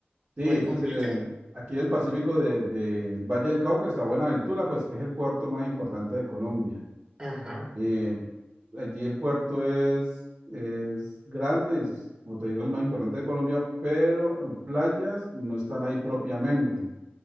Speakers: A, on the right; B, on the right.
A: Sí,
B: o es complicado?
A: pues en el, aquí en el Pacífico de- del Valle del Cauca está Buenaventura, pues que es el puerto más importante de Colombia.
B: Ajá,
A: Eh, allí el puerto es, es grande, es, como te digo, es el más importante de Colombia, pero eh, playas no están ahí propiamente.